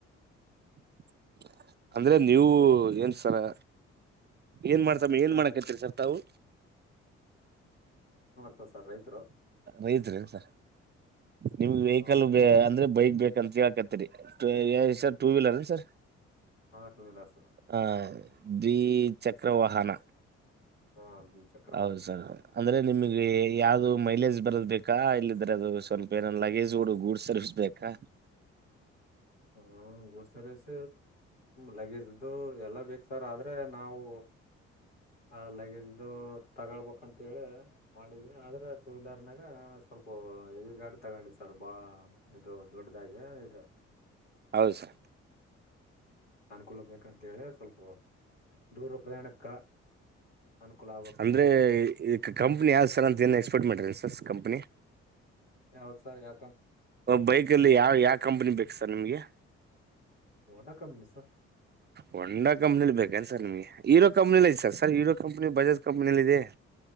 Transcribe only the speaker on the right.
<inaudible> ಅಂದ್ರೆ ನೀವು ಏನ್ ಸರಾ ಏನ್ ಮಾಡ್ತಮ್ಮ ಏನ್
ಮಾಡಕ್ಕತ್ರಿ ಸರ್ ತಾವು
ರೈತ್ರಿ ಸರ್ರ ನಿಮ್ಗೆ ವೆಹಿಕಲ್
ಬೇ ಅಂದ್ರೆ ಬೈಕ್ ಬೇಕ್ ಕಂತ್ ಹೇಳಾಕತ್ತೀರಿ ಅ--ಯಾವ್ದ್ರಿ ಸರ್ ಟು ವೀಲರ್ರೇನ್ರೀ ಸರ್
ಹ ದ್ವಿ ಚಕ್ರವಾಹನ
ಹೌದು
ಸರ್ ಅಂದ್ರೆ ನಿಮಿಗ್ ಗೆ ಯಾವ್ದು ಮೈಲೇಜ್ ಬರದ್ ಬೇಕಾ ಇಲ್ಲಿದ್ರೆ ಅದು ಸ್ವಲ್ಪ ಏನ ಲಗೇಜೋಡು ಗೂಡ್ ಸರ್ವಿಸ್ಬೇಕಾ
ಹೌದು ಸರ್
ಅಂದ್ರೆ ಈ ಕಂಪ್ನಿ ಯಾವ್ ಸರ ಅಂತ ಏನ್ ಎಕ್ಸ್ಪೆಕ್ಟ್ ಮಾಡ್ರ ಸ್ ಕಂಪನಿ
ಬೈಕ್ಲ್ಲಿ ಯಾವ ಯಾವ ಕಂಪನಿ ಬೇಕು ಸರ್ ನಿಮ್ಗೆ
Honda company ಬೇಕ ಸರ್ ನಿಮಗೆ ಹಿರೋ ಕಂಪನಿ ಸರ್ ಸರ್ರೋ ಕಂಪನಿ ಬಾಜಾಜ್ ಕಂಪ್ ಮನಲ್ಲಿದೆ